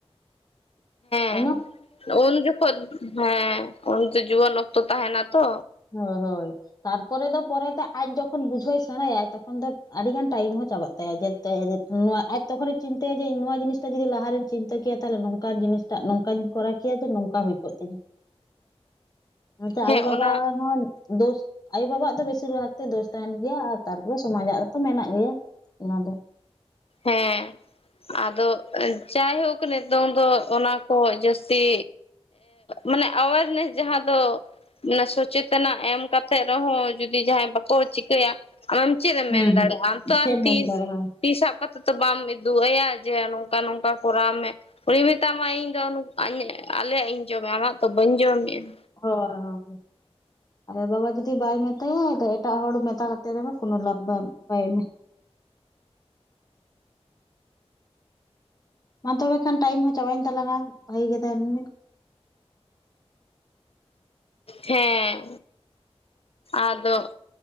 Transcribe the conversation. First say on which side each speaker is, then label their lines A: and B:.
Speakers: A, on the left; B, on the left.
A: <inaudible>
B: ᱦᱮ ᱩᱱ ᱡᱚᱠᱷᱚᱱ ᱦᱮᱸ ᱩᱱ ᱫᱚ ᱡᱩᱣᱟᱹᱱ ᱚᱠᱛᱚ ᱛᱟᱦᱮᱱᱟ ᱛᱚ
A: ᱦ ᱦᱳᱭ ᱛᱟᱨᱯᱚᱨᱮ ᱫᱚ ᱯᱚᱨᱮᱛᱮ ᱟᱡ ᱡᱚᱠᱷᱚᱱ ᱵᱩᱡᱷᱟᱹᱣ ᱥᱮᱬᱟᱭᱟᱭ ᱛᱚᱠᱷᱚᱱ ᱫᱚ ᱟᱹᱰᱤ ᱜᱟᱱ ᱴᱟᱭᱤᱢ ᱦᱚᱸ ᱪᱟᱞᱟᱜᱼᱟ ᱪ ᱛᱟᱭᱟ ᱟᱡ ᱛᱚᱠᱷᱚᱱᱮ ᱪᱤᱱᱛᱟᱹᱭᱟ ᱡᱮ ᱱᱚᱣᱟ ᱡᱤᱱᱤᱥᱟ ᱡᱩᱫᱤ ᱞᱟᱦᱟᱨᱮᱤᱧ ᱪᱤᱱᱛᱟᱹ ᱠᱮᱭᱟ ᱛᱟᱦᱚᱞᱮ ᱱᱚᱝᱠᱟᱱ ᱡᱤᱱᱤᱥ ᱴᱟᱜ ᱱᱚᱝᱠᱟᱧ ᱠᱚᱨᱟᱣ ᱠᱮᱭᱟ ᱡᱮ ᱱᱚᱝᱠᱟ ᱦᱩᱭ ᱠᱚᱜ ᱛᱤᱧᱟ ᱚᱱᱟᱛᱮ ᱟᱭᱳᱼᱵᱟᱵᱟ
B: ᱦᱮᱸ ᱚᱱᱟ
A: ᱦᱚᱸ ᱫᱳᱥ ᱟᱭᱳᱼᱵᱟᱵᱟᱜ ᱫᱚ ᱵᱮᱥᱤᱨ ᱵᱷᱟᱜᱽ ᱛᱮ ᱫᱳᱥ ᱛᱟᱦᱮᱱ ᱜᱮᱭᱟ ᱟᱨ ᱛᱟᱨᱯᱚᱨᱮ ᱥᱚᱢᱟᱡᱟᱜ ᱨᱮᱛᱚ ᱢᱮᱱᱟᱜ ᱜᱮᱭᱟ ᱚᱱᱟ ᱫᱚ
B: ᱦᱮᱸ ᱟᱫᱚ ᱡᱟᱭᱦᱳᱠ ᱠᱟᱱᱟ ᱱᱤᱛᱚᱝ ᱫᱚ ᱚᱱᱟ ᱠᱚ ᱡᱟᱹᱥᱛᱤ ᱢᱟᱱᱮ ᱟᱣᱮᱨᱱᱮᱥ ᱡᱟᱦᱟᱸ
A: <inaudible>
B: ᱫᱚ ᱚᱱᱟ ᱥᱚᱪᱮᱛᱚᱱᱟ ᱮᱢ ᱠᱟᱛᱮᱫ ᱨᱮᱦᱚᱸ ᱡᱩᱚᱫᱤ ᱡᱟᱦᱟᱸᱭ ᱵᱟᱠᱚ ᱪᱤᱠᱟᱹᱭᱟ ᱟᱢ ᱫᱚᱢ ᱪᱮᱫ ᱮᱢ
A: ᱦᱩᱸ
B: ᱢᱮᱱ
A: ᱦᱩᱸ
B: ᱫᱟᱲᱮᱭᱟᱜᱼᱟ ᱟᱢ ᱛᱚ
A: ᱪᱮᱫ
B: ᱟᱨ
A: ᱮᱢ
B: ᱛᱤ
A: ᱢᱮᱱ ᱫᱟᱲᱮᱭᱟᱜᱼᱟ
B: ᱛᱤᱥᱟᱵ ᱠᱟᱛᱮ ᱛᱚ? ᱚ ᱵᱟᱢ ᱩᱫᱩᱜ ᱟᱭᱟ ᱡᱮ ᱱᱚᱝᱠᱟ ᱱᱚᱝᱠᱟ ᱠᱚᱨᱟᱣ ᱢᱮ ᱩᱱᱤ ᱢᱮᱛᱟᱢᱟᱭ ᱤᱧ ᱫᱚ ᱟᱞᱮᱭᱟᱜ ᱤᱧ ᱡᱚᱢᱟ ᱟᱢᱟᱜ ᱫᱚ ᱵᱟᱹᱧ ᱡᱚᱢᱮᱫᱼᱟ
A: ᱦᱳᱭ ᱦᱳᱭ ᱟᱨ ᱵᱟᱵᱟ ᱡᱩᱫᱤ ᱵᱟᱭ ᱢᱮᱛᱟᱭᱟᱫᱚ ᱮᱴᱟᱜ ᱦᱚᱲ ᱢᱮᱛᱟᱛᱮᱫ ᱨᱮᱦᱚᱸ ᱠᱳᱱᱳ ᱞᱟᱵᱷ ᱵᱟᱭ <inaudible> ᱢᱟ ᱛᱚᱵᱮ ᱠᱷᱟᱱ ᱴᱟᱭᱤᱢ ᱦᱚᱸ ᱪᱟᱵᱟᱭᱧ ᱛᱟᱞᱟᱝᱼᱟ ᱵᱷᱟᱜᱤ ᱜᱮ ᱛᱟᱦᱮᱱ ᱢᱮ
B: ᱦᱮᱸ ᱟᱫᱚ